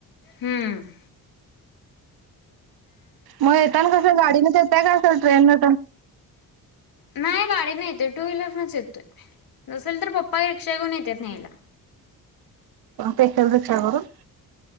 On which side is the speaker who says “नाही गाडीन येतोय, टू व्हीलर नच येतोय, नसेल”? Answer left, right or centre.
Left